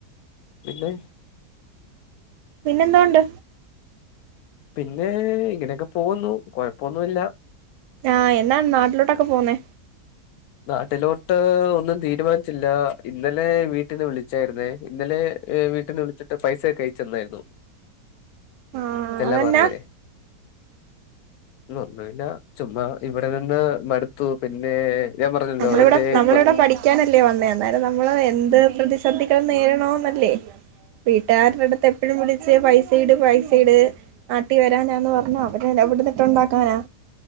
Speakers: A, on the left; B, on the right.
A: പിന്നെ
B: പിന്നെന്തണ്ട്
A: പിന്നെ ഇങ്ങനെയൊക്കെ പോന്നുന്നു കൊഴപ്പൊന്നുമില്ല
B: ആഹ് എന്നാ നാട്ടിലോട്ടൊക്കെ പോന്നേ
A: നാട്ടിലോട്ട് ഒന്നും തീ തീരുമാനിച്ചില്ല ഇന്നലെ വീട്ടിന്ന് വിളിച്ചായിരുന്നേ ഇന്നലെ വീട്ടിന്ന് വിളിച്ചിട്ട് പൈസൊക്കെ അയച്ചന്നായിരുന്നു
B: ആഹ്
A: തല്ലാം
B: അതെന്നാ
A: പറഞ്ഞേ ഒന്നുന്ന ചുമ്മാ ഇവിടെ നിന്ന് മടുത്തു പിന്നെ ഞാൻ പറഞ്ഞല്ലോ
B: നമ്മളിവിടെ
A: എന്റെ
B: നമ്മളിവിടെ
A: കൊ
B: പഠിക്കാനല്ലേ വന്നേ അന്നേരം നമ്മള് എന്ത് പ്രദി സദികടന്ന് നേരണോന്നല്ലേ വീട്ടുകാരുടെ അടുത്ത് എപ്പഴും വിളിച്ച് പൈസയിട് പൈസയിട് നാട്ടി വരാനാന്ന് പറഞ്ഞ അവര് എവിടന്നിട്ടുണ്ടാക്കാനാ